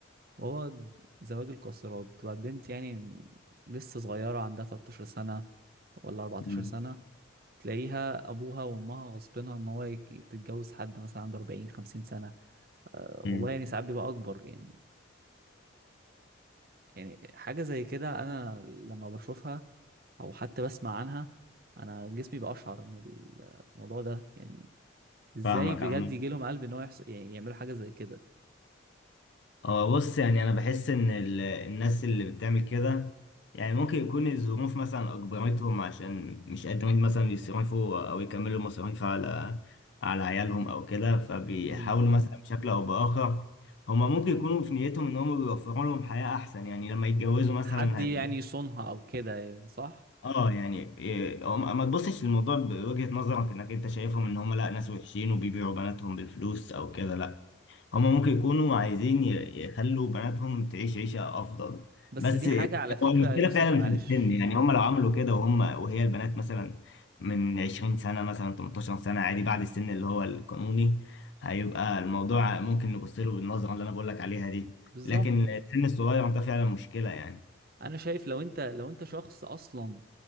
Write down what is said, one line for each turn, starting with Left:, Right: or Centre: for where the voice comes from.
Right: وهو زواج القاصرات بتبقى بنت يعني لسه صغيرة عندها 13 سنة ولا 14
Left: أمم،
Right: سنة تلاقيها أبوها وأمها غصبنها إن هو يك- تتجوز حد مثلا عنده 40 50 سنة آه والله
Left: أمم.
Right: يعني ساعات بيبقى أكبر يعني يعني حاجة زي كده أنا لما بشوفها أو حتى بسمع عنها أنا جسمي بأشعر من الموضوع ده يعني إزاي
Left: فاهمك
Right: بجد
Left: عمو
Right: يجي لهم قلب إن هو يحصل يعني يعملوا حاجة زي كده
Left: هو بص يعني انا بحس ان ال- الناس اللي بتعمل كده يعني ممكن يكون الظروف مثلا اجبرتهم عشان مش قادرين مثلا يصرفوا او يكملوا مصاريف على على عيالهم او كده فبيحاولوا
Right: امم
Left: مثلا بشكل او باخر هما ممكن يكونوا في نيتهم ان هما بيوفروا لهم حياة احسن يعني لما يتجوزوا مثلا
Right: حد يعني
Left: هيبقوا
Right: يصونها أو كده يعني صح
Left: اه يعني إيه، هم- ما تبصش للموضوع بوجهة نظرك انك انت شايفهم ان هم لا ناس وحشين وبيبيعوا بناتهم بالفلوس او كده لا هما ممكن يكونوا عايزين ي- يخلوا بناتهم تعيش عيشة أفضل
Right: بس
Left: بس
Right: دي حاجة على فكرة
Left: هو المشكلة
Right: يا يوسف
Left: فعلا
Right: معلش
Left: في السن يعني هما لو عملوا كده وهم وهي البنات مثلا من 20 سنة مثلا 18 سنة عادي بعد السن اللي هو القانوني هيبقى الموضوع ممكن نبص له بالنظرة اللي أنا بقول لك عليها دي
Right: بالظبط
Left: لكن السن الصغير ده فعلا مشكلة يعني
Right: أنا شايف لو أنت لو أنت شخص أصلا